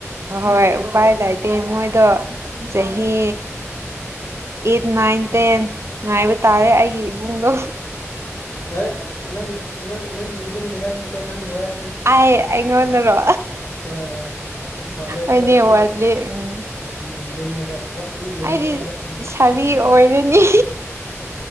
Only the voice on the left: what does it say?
ꯑꯦ ꯅꯪꯒꯤ ꯅꯪ ꯅꯪꯒꯤ ꯏꯕꯨꯡꯒꯤ ꯍꯥꯏꯕ ꯅꯠꯇꯦ ꯅꯪꯕꯨ ꯍꯥꯏ
ꯍꯣꯏ ꯌꯨꯝ ꯄꯥꯜꯂꯦ ꯍꯥꯏꯁꯦ
ꯍꯥꯏꯕꯗꯤ
ꯎꯝ ꯑꯗꯨꯅꯦꯕ ꯋꯥꯠꯂꯤ ꯍꯥꯏꯗꯤ
ꯍꯥꯏꯔꯛꯅꯦꯕ